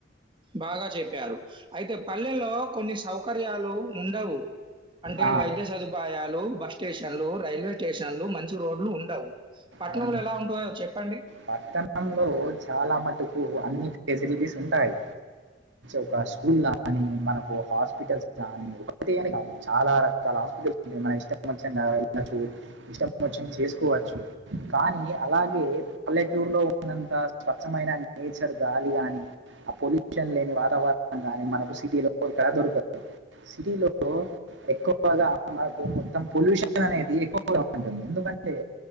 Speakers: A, on the right (about 25°); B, on the right (about 75°).
A: బాగా చెప్పారు అయితే పల్లెలో కొన్ని సౌక సౌకర్యాలు ఉండవు అంటే
B: ఆ,
A: వైద్య సదుపాయాలు బ స్టేషన్లు రైల్వే స్టేషన్ లో మంచి రోడ్లు ఉండవు పట్టణంలో
B: అవును
A: ఎలా ఉంటుయో చెప్పండి
B: పట్టణంలో చాలా మటుకు అన్ని ఫెసిలిటీస్ ఉంటాయి ఒక స్కూల్ కానీ మనకు హాస్పిటల్స్ కానీ చాలా రకాల హాస్పిటల్స్ ఉ మన ఇష్ట వచ్చ వెళ్ళచ్చు ఇష్టం వచ్చ చేసుకోవచ్చు కానీ అలాగే పల్లెటూరులో ఉన్నంత స్వచ్ఛమైన నేచర్ గాలి కానీ ఆ పొల్యూషన్ లేని వాతావరణం కానీ మనకు సిటీలో ఇక్కడ దొరుకుంది సిటీలో ఎక్కువగా మనకు మొత్తం పొల్యూషన్ అనేది ఎక్కువగా ఉంటుంది ఎందుకంటే